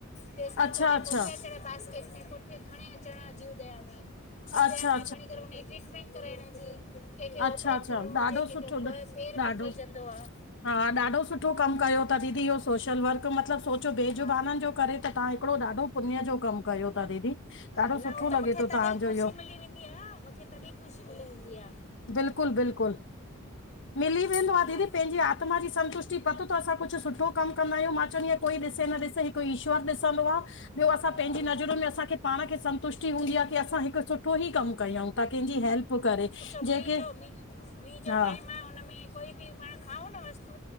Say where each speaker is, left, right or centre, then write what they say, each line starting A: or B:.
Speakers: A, on the left; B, on the left.
A: रेस्क्यू
B: अच्छा
A: कराए
B: अच्छा
A: कोठे
B: अच्छा
A: अचण बास्केट में कोठे खणी अचण। जीवदया में जवदया
B: अच्छा
A: में खणी करे हुनई ट्रीटमेंट कराइण जी। केंखे ऑपरेट
B: अच्छा अच्छा
A: करिणो हुजे
B: ॾाढो
A: कंहिंजो
B: सुठो
A: पैर
B: ॾाढो
A: कपजंदो आ।
B: हा ॾाढो सुठो कम कयो त दीदी इहो सोशल वर्क मतलब सोचो बेजुबानन्
A: हा
B: जो करे त तां हेकड़ो ॾाढो। पुन्य जो कम कयो ता दीदी ॾाढो
A: न
B: सुठो।
A: हू मूंखे
B: लॻे थो
A: तॾहिं
B: तव्हांजो
A: ख़ुशी
B: इहो
A: मिली वेंदीआ मूंखे तॾहिं ख़ुशी मिली वेंदी आ।
B: बिल्कुल बिल्कुल मिली वेंदो आ
A: हा
B: दीदी पंहिंजी आत्मा जी संतुष्टि। पतो त असां कुछ सुठो कम कंदा आयूं मां चवंदीयां कोई ॾिसे न ॾिसे हिक ईश्वर ॾिसंदो आ। ॿियों असां
A: हा
B: पेंजी नज़रुन में असां पाणखे संतुष्ट। की हूंदीयां असा हिक सुठो ही कम कयूं थ कंहिंजी हेल्प करे।
A: मींह
B: जेके
A: जो मीं मींह जो
B: हा
A: टाइम आ हुनमें कोई भी पाण खाऊं न वस्तू।